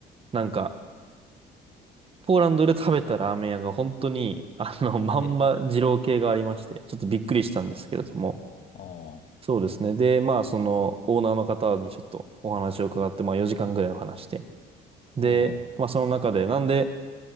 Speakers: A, on the right; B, on the left.
A: なんか、ポーランドで食べたラーメン屋が本当に、あの、まんま二郎系がありまして、
B: え、
A: ちょっとびっくりしたんですけれども。
B: ああ、お
A: そうですね。で、まあ、その、オーナーの方にちょっとお話を伺って、まあ、4時間ぐらいお話して。で、
B: う、
A: まあ、その中で、なんで、